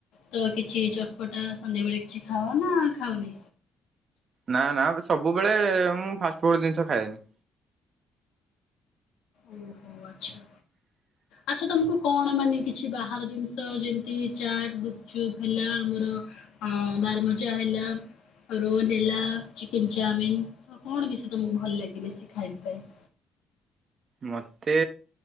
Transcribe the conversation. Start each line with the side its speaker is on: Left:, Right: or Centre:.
Left: ତ କିଛି ଚଟପଟା ସନ୍ଧ୍ୟାବେଳେ କିଛି ଖାଅ ନା ଖାଉନି।
Right: ନା ନା ସବୁବେଳେ ମୁଁ ଫାଷ୍ଟଫୁଡ଼ ଜିନିଷ ଖାଏନି।
Left: ଓହୋ ଆଚ୍ଛା।
Right: <inaudible>
Left: ଆଚ୍ଛା ତମକୁ କଣ ମାନେ କିଛି ବାହାର ଜିନିଷ ଯେମିତି ଚାଟ୍ ଗୁପ୍ ଚୁପ୍ ହେଲା ଆମର ହଁ ବାରମଜା ହେଲା। ଆଉ ରୋଲ୍ ହେଲା ଚିକେନ୍ ଚାଉମିିନ୍ ତ କଣ ବେଶୀ ତମକୁ ଭଲ ଲାଗେ ବେଶୀ ଖାଇବା ପାଇଁ?
Right: ମତ୍ ତେ